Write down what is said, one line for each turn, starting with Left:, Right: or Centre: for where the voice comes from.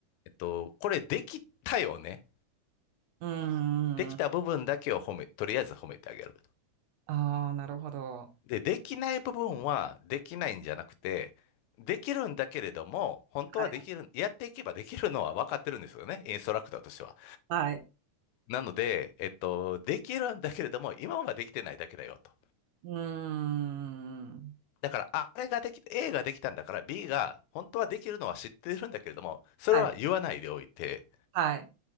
Left: えっと、これできたよね。
Right: うーん。
Left: できた部分だけを褒め、とりあえず褒めてあげる。
Right: ああ、なるほど。
Left: で、できない部分はできないんじゃなくて、できるんだけれども、本当はできる、
Right: はい。
Left: やっていけばできるのは分かってるんですよね。インストラクターとしては。
Right: はい。
Left: なので、えっと、できるんだけれども、今はできてないだけだよと。
Right: うーん。
Left: だから、ああれができ、A ができたんだから B が本当はできるのは知ってるんだけれども、それは言わないでおいて、
Right: はい。はい。